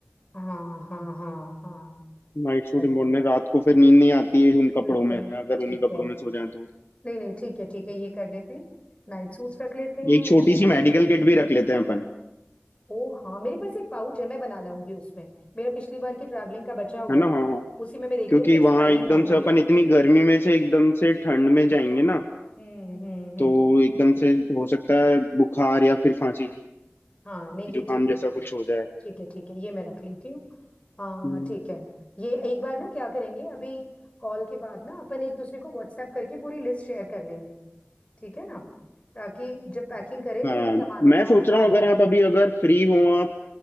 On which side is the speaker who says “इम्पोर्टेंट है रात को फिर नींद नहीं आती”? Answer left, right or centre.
Left